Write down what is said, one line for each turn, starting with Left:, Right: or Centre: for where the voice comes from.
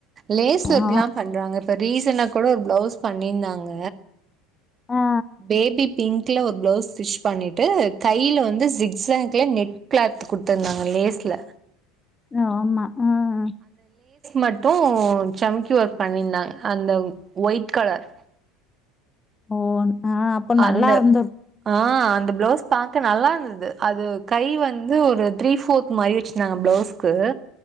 Right: லேஸ் ஓர்க்லாம்
Left: ஆ
Right: பண்றாங்க இப்ப ரீஸ் <inaudible> கூட ஒரு பிளவுஸ் பண்ணியிருந்தாங்க
Left: ஆ
Right: பேபி பிங்க்ல ஒரு ப்ளவுஸ் ஸ்டிச் பண்ணிட்டு கையில் வந்து சிக்ஸாக்கில் நெட் கிளாத் கொடுத்துருந்தாங்க லேஸ்ல
Left: ஆமா ம்
Right: மட்டும் சமக்கி ஒர்க் பண்ணியிருந்தாங்க அந்த ஒயிட் கலர்
Left: ஓ ஆ அப்போ
Right: அந்த
Left: நல்லா இருந்து
Right: ஆ அந்த பிளவுஸ் பாக்க நல்லா இருந்தது அது கை வந்து ஒரு த்ரீ போர்த் மாரி வச்சிருந்தாங்க பிளவுஸ்க்கு